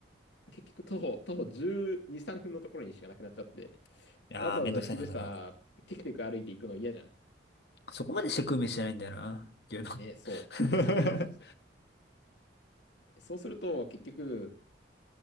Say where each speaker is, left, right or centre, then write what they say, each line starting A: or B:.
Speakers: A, on the left (about 80°); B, on the left (about 65°).
A: 結局徒歩、徒歩12、3分のところにしかなくなっちゃって、
B: やー、
A: わざわざ昼さ、
B: めんどくさいな、そら。
A: テクテク歩いていくの嫌じゃん。
B: そこまでして食う飯じゃないんだよな、牛丼。
A: ね、そう。
B: <laughs>
A: そうそうそうそう。そうすると、結局、